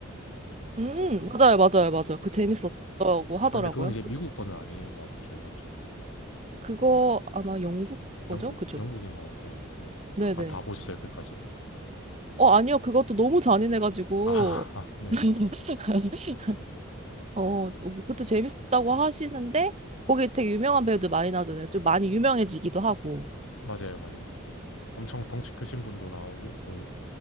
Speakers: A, on the right (about 30°); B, on the left (about 75°).
A: 음,
B: 봤었고,
A: 맞아요, 맞아요, 맞아요. 그 재밌었다고
B: 네.
A: 하더라고요.
B: 아, 근데 그건 이제 미국
A: 그-
B: 거는 아닌 것 같죠. 맞죠?
A: 그거 아마 영국 거죠?
B: 영국,
A: 그죠?
B: 영국인 것 같아요. 네.
A: 네네.
B: 아, 다 보셨어요, 끝까지?
A: 어, 아니요. 그것도 너무 잔인해가지고.
B: 아, <laughs> 네.
A: <laughs> 어, 뭐 그것도 재밌었다고 하시는데, 거기 되게 유명한 배우들 많이 나오잖아요. 좀 많이 유명해지기도 하고.
B: 맞아요, 맞아요. 그 엄청 덩치 크신 분도 나오고, 또,